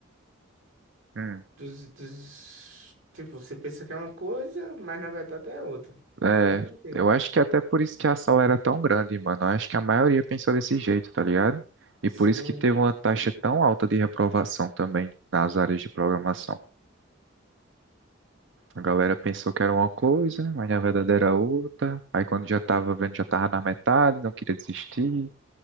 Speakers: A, on the right; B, on the right.
A: Hum.
B: dos, dos- Tipo, você pensa que é uma coisa, mas na verdade é outra. Então,
A: É,
B: tem.
A: eu acho que até por isso que a sala era tão grande, mano. Eu acho que a maioria pensou desse jeito, tá ligado? E
B: Sim,
A: por isso que teve uma taxa tão alta de reprovação também nas áreas de programação. A galera pensou que era uma coisa, mas na verdade era outra. Aí quando já tava vendo, já tava na metade, não queria desistir.